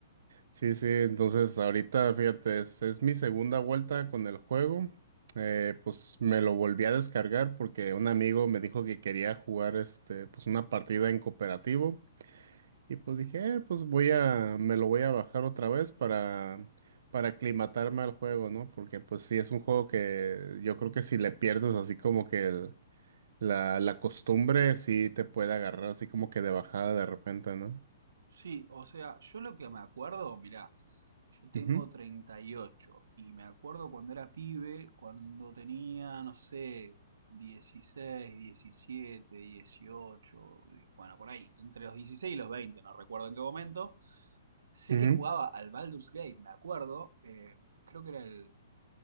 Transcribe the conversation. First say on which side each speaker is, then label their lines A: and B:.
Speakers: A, on the right (about 55°); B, on the right (about 85°).
A: Sí, sí, entonces ahorita, fíjate, es, es mi segunda vuelta con el juego, eh, pues me lo volví a descargar porque un amigo me dijo que quería jugar, este, pues una partida en cooperativo, y pues dije, "Eh, pues voy a, me lo voy a bajar otra vez para, para aclimatarme al juego, ¿no? Porque pues sí, es un juego que yo creo que si le pierdes así como que el- la, la costumbre, sí te puede agarrar así como que de bajada de repente, ¿no?
B: Sí, o sea, yo lo que me acuerdo, mirá, yo tengo
A: Ujú,
B: treinta y ocho y me acuerdo cuando era pibe, cuando tenía, no sé, 16, 17, 18, y- bueno, por ahí, entre los 16 y los 20, no recuerdo en qué momento. Sé
A: ujú,
B: que jugaba al Baldur's Gate, me acuerdo, eh, creo que era el,